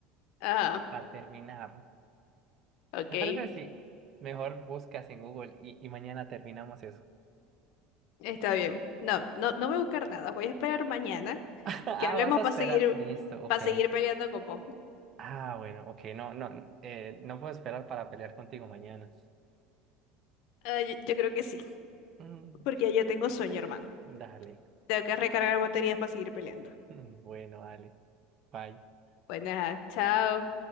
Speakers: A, on the left; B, on the right.
A: Ah,
B: pa terminar.
A: ok.
B: ¿Te parece si mejor buscas en Google y, y mañana terminamos eso?
A: Está bien. No, no, no voy a buscar nada. Voy a esperar mañana
B: <laughs> Ah,
A: que hablemos
B: vas a
A: para
B: esperar.
A: seguir,
B: Listo, ok.
A: para seguir peleando con vos.
B: Ah, bueno, ok, no, no, n- eh, no puedo esperar para pelear contigo mañana.
A: Ah, yo yo creo que sí.
B: Mm,
A: porque ya tengo sueño, hermano.
B: Dale.
A: Tengo que recargar baterías para seguir peleando.
B: <laughs> Bueno, dale. Bye.
A: Bueno, chao.